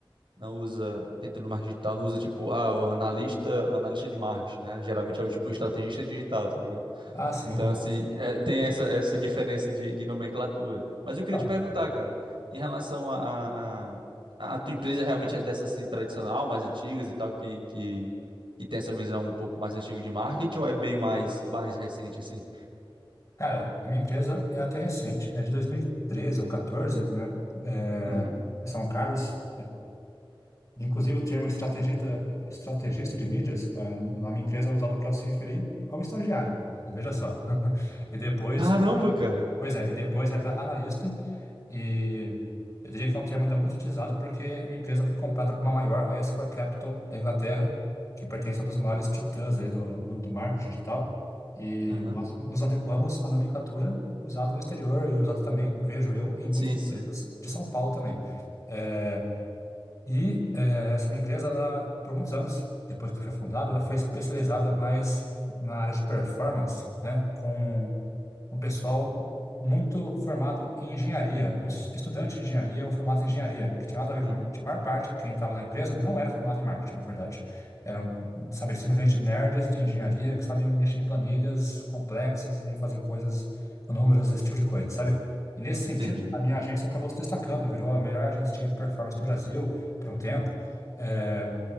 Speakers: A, on the right (about 65°); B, on the left (about 35°).
A: não usa, dentro do marketing digital, não usa tipo, ah, o analista, o analista de marketing, né? Geralmente é o tipo estrategista digital, tá ligado?
B: Ah, sim.
A: Então, assim, é, tem essa, essa diferença de, de nomenclatura. Mas eu queria
B: Então,
A: te perguntar, cara, em relação a, a, a, a tua empresa realmente é dessas assim, tradicional, mais antigas e tal, que, que, que tem essa visão um pouco mais antiga de marketing, ou é bem mais, mais recente, assim?
B: Cara, a minha empresa é até recente, é de 2013 ou 14, né? É,
A: Uhum.
B: em São Carlos. Inclusive, o termo estrategista, estrategista de mídias, eh, na minha empresa é usado para se referir ao estagiário. Veja só. <laughs> E depois
A: Caramba, cara!
B: Pois é, e depois vai para analista, e eu diria que é um termo ainda muito utilizado porque minha empresa foi comprada por uma maior, a S4 Capital da Inglaterra, que pertence a um dos maiores titãs aí do mundo do marketing digital, e
A: Aham.
B: nós nos adequamos à nomenclatura usada no exterior e usada também, vejo eu, em muitas
A: Sim,
B: empresas
A: sim.
B: de São Paulo também. É, e é, essa minha empresa, ela, por muitos anos, depois que foi fundada, ela foi especializada mais na área de performance, né, com um pessoal muito formado em engenharia, muitos estudantes de engenharia ou formados em engenharia, que tinha nada a ver
A: Uhum.
B: com marketing. A maior parte, quem estava na empresa, não era formado em marketing, na verdade. Eram, sabe, simplesmente nerds de engenharia que sabem mexer em planilhas complexas e fazer coisas com números, esse tipo de coisa, sabe? E nesse sentido,
A: Entendi.
B: a minha agência acabou se destacando, virou a melhor agência de performance do Brasil por um tempo. Eh,